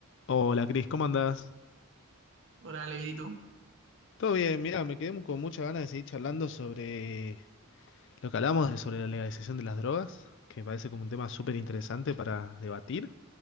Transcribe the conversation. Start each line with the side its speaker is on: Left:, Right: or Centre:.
Left: Hola Cris, ¿cómo andás?
Right: Hola, bien, ¿y tú?
Left: Todo bien, mira, me quedé con muchas ganas de seguir charlando sobre lo que hablamos de sobre la legalización de las drogas, que me parece como un tema súper interesante para debatir.